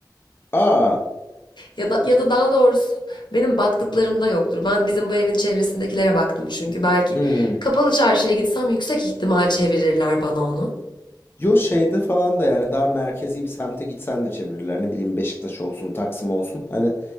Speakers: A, on the left; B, on the left.
A: Aa.
B: Ya da ya da daha doğrusu benim baktıklarımda yoktur. Ben bizim bu evin çevresindekilere baktım çünkü belki
A: Hmm.
B: kapalı çarşıya gitsem yüksek ihtimal çevirirler bana onu.
A: Yo şeyde falan da yani daha merkezi bir semte gitsen de çevirirler. Ne bileyim Beşiktaş olsun, Taksim olsun. Hani